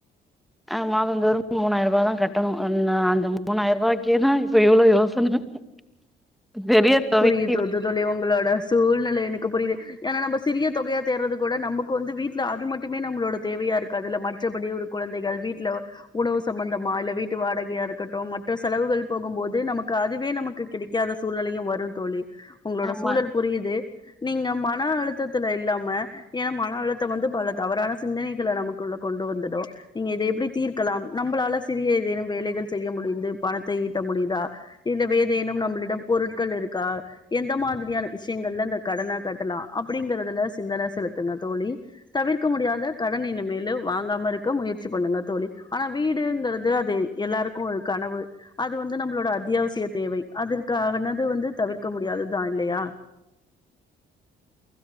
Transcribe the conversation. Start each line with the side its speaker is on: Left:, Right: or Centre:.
Centre: ஆமா அவங்க ஒரு மூணாயிரருபா தா கட்டணு அன்ன அந்த மூணாயிர ரூபாய்க்கே தா இப்ப இவ்ளோ யோசன <inaudible> தொகைக்கு
Left: புரியுதுது தோழி உங்களோட சூழ்நில எனக்கு புரியுது ஏன்னா நம்ப சிறிய தொகையா தேடுறது கூட நமக்கு வந்து வீட்ல அது மட்டுமே நம்மளோட தேவையா இருக்காதுல்ல மற்றபடியு இருக் குழந்தைகள் வீட்ல உணவு சம்பந்தமா இல்ல வீட்டு வாடகையா இருக்கட்டு மற்ற செலவுகள் போகும் போது நமக்கு அதுவே நமக்கு கிடைக்காத சூழ் சூழ்நிலையு வரு தோழி உங்களோட
Centre: ஆமா
Left: சூழல் புரியுது நீங்க மன அழுத்தத்துல இல்லாம ஏன்னா மன அழுத்தம் வந்து பல தவறான சிந்தனைகள நமக்குள்ள கொண்டு வந்துடு நீங்க இத எப்டி தீர்க்கலாம் நம்பளால சிறிய ஏதேனும் வேலைகள் செய்ய முடிந்து பணத்தை ஈட்ட முடியுதா இல்ல வேதேனும் நம்மளிடம் பொருட்கள் இருக்கா எந்த மாதிரியான விஷயங்கள்ல இந்த கடன கட்டலா அப்டிங்கிறதுல சிந்தனை செலுத்துங்க தோழி தவிர்க்க முடியாத கடன் இனிமேலு வாங்காம இருக்க முயற்சி பண்ணுங்க தோழி ஆனா வீடுங்கிறது அது எல்லாருக்கு ஒரு கனவு அது வந்து நம்மளோட அத்தியாவசிய தேவை அது தேவனது வந்து தவிர்க்க முடியாதுதா இல்லையா